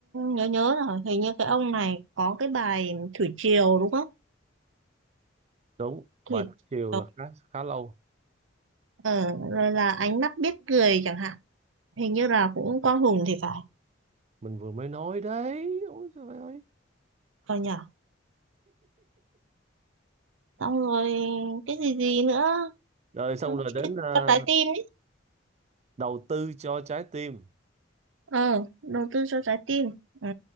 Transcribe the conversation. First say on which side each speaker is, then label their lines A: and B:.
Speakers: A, on the right; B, on the right.
A: nhớ nhớ rồi. Hình như cái ông này có cái bài Thủy Triều đúng không?
B: đúng
A: Thủy
B: bài Thất chiều
A: Triều.
B: là khá khá lâu
A: Ờ, rồi là ánh mắt biết cười chẳng hạn. Hình như là cũng Quang Hùng thì phải.
B: mình vừa mới nói đấy ôi trời ơi
A: Còn nhở. Xong rồi cái gì gì nữa?
B: rồi xong rồi đến
A: Cái
B: ờ,
A: cho trái tim ấy.
B: đầu tư cho trái tim
A: Ờ, đầu tư cho trái tim. Ừ.